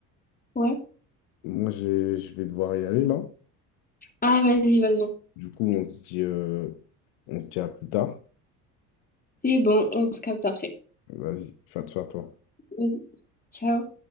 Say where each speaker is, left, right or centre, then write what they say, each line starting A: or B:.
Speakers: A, on the left; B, on the left.
A: ouais.
B: moi j'ai, je vais devoir y aller là.
A: Ah, vas-y, vas-y.
B: Du coup, on se dit, euh, on se dit à plus tard.
A: C'est bon, on se capte après.
B: Vas-y, fais attention toi.
A: Vas-y, ciao.